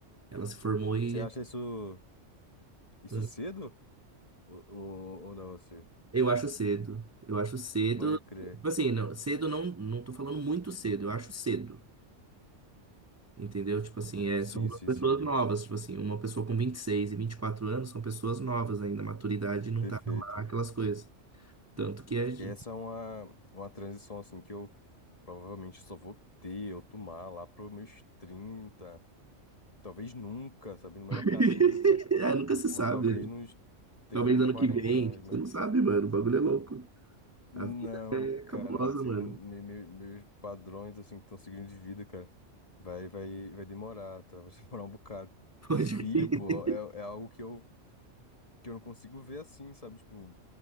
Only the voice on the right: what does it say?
Ela se formou e.
é,
Eu acho cedo. Eu acho cedo.
Tipo assim, não, cedo não, não tô falando muito cedo, eu acho cedo. Entendeu? Tipo assim, é,
são duas
pessoas
novas. Tipo assim, uma pessoa com vinte e seis e e vinte e quatro anos são pessoas novas ainda. A maturidade não
tá lá, aquelas coisas. Tanto que a gente.
<laughs>
Ah, nunca se
sabe.
Talvez ano
que vem.
Você
não sabe, mano. O bagulho é louco.
A vida é cabulosa,
mano.
<laughs> Pode
crer.